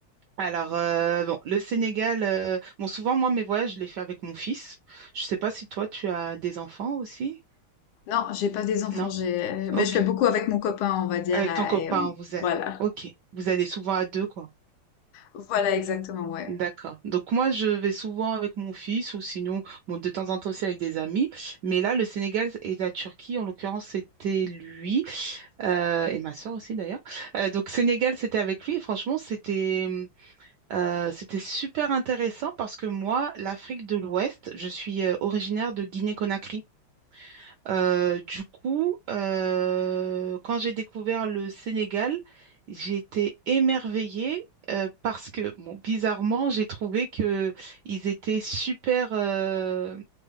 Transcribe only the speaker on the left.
Non, j'ai pas des enfants,
j'ai,
mais je fais beaucoup avec mon copain, on va dire,
euh,
et on-
voilà,
voilà exactement, ouais.